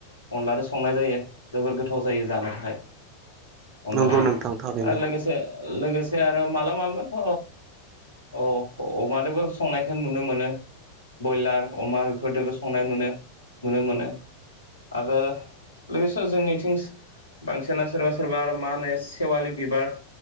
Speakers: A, on the left; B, on the right.
A: अनलाजों संनाय जायो जोबोर गोथाव जायो जानो थाखाय। अनलाखौ
B: नंगौ नोंथां थारैनो
A: आरो लोगोसे लोगोसे आरो मालाबामालाबाथ' औ अ-अमादोबो संनायखौ नुनो मोनो। बयलार, अमा फोरदोंबो संनाय नुनो नुनो मोनो आरो लोगोसे जोंनिथिं बांसिना सोरबा सोरबा आरो मा होनो सेवालि बिबार